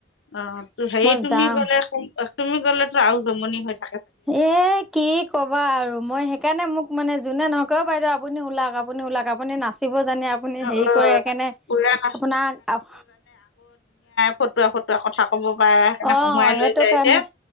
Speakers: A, on the left; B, in the centre.
A: অ হেৰি
B: মই
A: তুমি
B: যাওঁ
A: গলে তুমি গলে আৰু যমনি হয়।
B: এই কি কবা আৰু মই সেই সেইকাৰে মানে যোনে নহওঁক, অ বাইদেউ আপুনি ওলাওক আপুনি ওলাক আপুনি নাচিব জানে আপুনি
A: অ
B: হেৰি কৰে এইকেনে
A: পুৰা নাচ-
B: আপোনাক
A: ফটুৱা ফটুৱা কথা কব পাৰে, সেই
B: অ
A: হহোঁৱাই লৈ
B: সেইটো
A: যায়
B: কাৰণে
A: যে